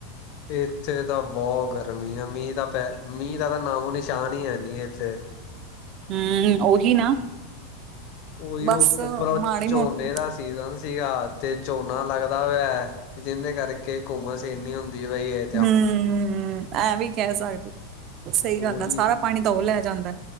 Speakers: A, on the left; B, on the right.
A: ਇੱਥੇ ਤਾਂ ਬਹੁਤ ਗਰਮੀ ਐ, ਮੀਂਹ ਤਾਂ ਪੈ, ਮੀਂਹ ਦਾ ਤਾਂ ਨਾਮੋ ਨਿਸ਼ਾਨ ਹੀ ਹੈਨੀ ਇੱਥੇ।
B: ਹੂੰ, ਓਹੀ ਨਾ।
A: ਉਹੀ
B: ਬਸ
A: ਉੱਪਰੋਂ
B: ਮਾੜੀ
A: ਝੋਨੇ
B: ਮੋਟੀ
A: ਦਾ ਸੀਜਨ ਸੀਗਾ, ਤੇ ਝੋਨਾ ਲੱਗਦਾ ਹੋਇਆ। ਤੇ ਜਿਹਦੇ ਕਰਕੇ ਘੁੰਮਸ ਇੰਨੀ ਹੁੰਦੀ ਪਈ ਏ।
B: ਹੂੰ, ਐਹ ਵੀ ਕਹਿ ਸਕਦੇ। ਸਹੀ
A: ਉਹੀ
B: ਗੱਲ ਆ ਸਾਰਾ ਪਾਣੀ ਤਾਂ ਉਹ ਲੈ ਜਾਂਦਾ,